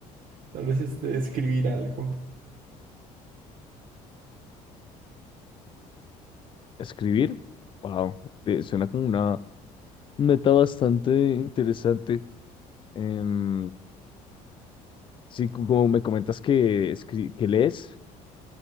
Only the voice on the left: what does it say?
Escribir, wow, suena como una meta bastante interesante. Em, sí, cu- como me comentas que, escri- que lees,